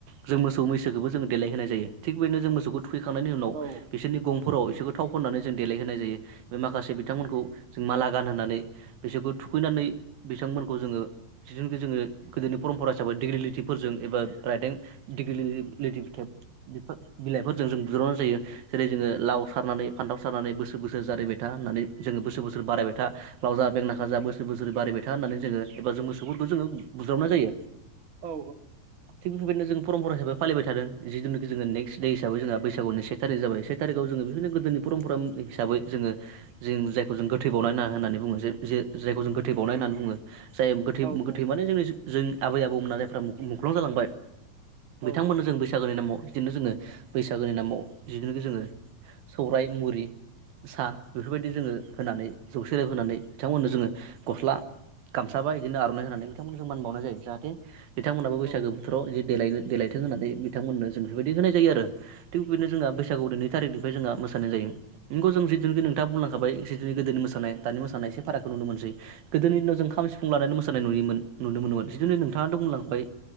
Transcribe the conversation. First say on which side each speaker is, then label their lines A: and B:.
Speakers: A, on the right (about 75°); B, on the right (about 55°).
A: जों मोसौ मैसोखौबो जों देलाय होनाय जायो थिग बेदिनो जों मोसौखौ थुखैखांनायनि उनाव
B: औ
A: बिसोरनि गंफोराव बिसोरखौ थाव फननानै जों देलायहोनाय जायो बे माखासे बिथांमोनखौ। जों माला गानहोननानै बिसोरखौ थुखैनानै। बिथांमोनखौ जोंङो जिथुुनखि जोङो गोदोनि परमपरा हिसाबै डेग्रिलिटिफोरजों एबा राइथें दिल्गिथि फिथाइफोर बिलाइफोरजों जों बुज्रावनाय जायो जायो जेरै जोङो लाव सारनानै। फान्थाव सार बोसोर बोसोर जारिायबाय था होननानै जोङो बोसोर बोसोर बायबाय था लाव जा बेंख्ना खाजा बोसोर बोसोर बारायबाय था होनानै जों एबा मोसौफोरखौ जों बुज्रावनाय जायो।
B: औ
A: बेफोरबादिनो जों परम परा हिसाबै फलिबाय थादों जिथु जोंङो नेक्ट दे हिसै जोंहा बैसागनि से थारि जाबाय से थारिखआव जोंङो बेफोरबादिनो गोदोनि परमपरा हिसाबै जोंङो जों जायखौ जों गोथै बावना ना‌ होननानै बुङो जे जे जायखौ जों गोथै बाव बुङो जाय गोथै
B: औ
A: गोथै माने जोंनि जोंनि आबै आबौमोना जायफ्रा मु मुख्लं जालांबाय बिथांमोननो
B: औ
A: जों बैसागोनि नामाव बिदिनो जोंङो बैसागोनि नामाव बिदिनो जोङो सौराय मुरि साहा बेफोरबायदि जोंङो होनानै जौसे रां होनानै बिथांमोननो जोंङो गस्ला गामसा बा बिदिनो आर'नाइ होनानै बिथांमोनखौ मान बावनाय जायो जाहाथे बिथांमोनाबो बैसागो
B: औ औ
A: बोथोराव जि देलायनो देलायथों होननानै बिथांमोननो जों बेफोरबायदि होनाय जायो आरो थिग बिदिनो जोंहा बैसागुआव नै थारिख जोंहा मोसानाय जायो नोंगौ जों जे जों जे नोंथाङा बुंलांखाबाय जि गोदोनि मोसानाय दानि मोसानाय एसे फारागखौ नुनो मोनसै सै गोदोनि दिनाव जों खाम सिफुं लानानै मोसानाय नुयोमोन नुनो मोनोमोन जिथु नोंथाङाथ' बुंलां ओमफ्राय